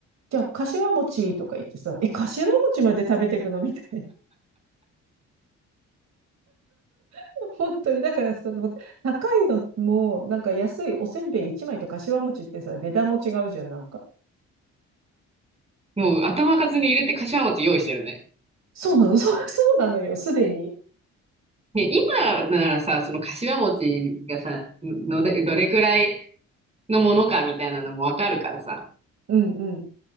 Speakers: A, on the right; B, on the right.
A: じゃあ、柏餅とか言ってさ、え、柏餅まで食べてくのみたいな。<laughs> 本当に、だからさ、高いのも、なんか安いおせんべい1枚と柏餅ってさ、値段も違うじゃん、なんか。
B: もう頭数に入れて柏餅用意してるね。
A: そうなの、そう、そうなのよ、すでに。
B: ね、今ならさ、その柏餅がさ、のでどれくらいのものかみたいなのも分かるからさ
A: うんうん。